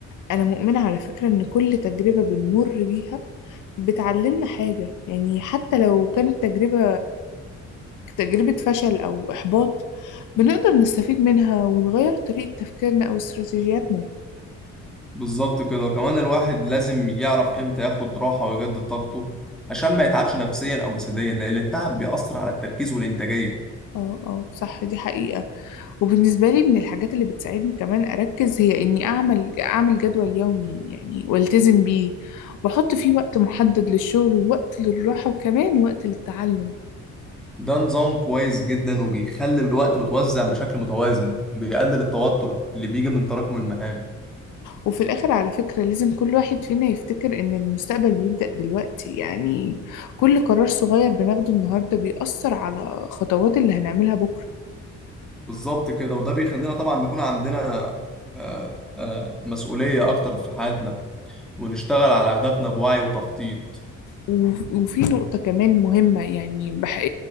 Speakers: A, on the left; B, in the centre.
A: أنا مؤمنة على فكرة إن كل تجربة بنمر بيها بتعلمنا حاجة يعني حتى لو كانت تجربة تجربة فشل أو إحباط بنقدر نستفيد منها ونغير طريقة تفكيرنا أو استراتيجياتنا
B: بالظبط كده كمان الواحد لازم يعرف امتى ياخد راحة ويجدد طاقته عشان ما يتعبش نفسيا أو جسديا لأن التعب بيأثر على التركيز والإنتاجية
A: اه اه صح دي حقيقة وبالنسبة لي من الحاجات اللي بتساعدني كمان أركز هي إني أعمل أعمل جدول يومي يعني والتزم بيه وأحط فيه وقت محدد للشغل ووقت للراحة وكمان وقت للتعلم
B: ده نظام كويس جدا وبيخلي الوقت متوزع بشكل متوازن وبيقلل التوتر اللي بيجي من تراكم المهام
A: وفي الآخر على فكرة لازم كل واحد فينا يفتكر إن المستقبل بيبدأ دلوقتي يعني كل قرار صغير بناخده النهاردة بيأثر على خطوات اللي هنعملها بكرة
B: بالظبط كده وده بيخلينا طبعا نكون عندنا آه، آه، مسؤولية أكتر في حياتنا ونشتغل على أهدافنا بوعي وتخطيط
A: و- وفي نقطة كمان مهمة يعني بح... إيه-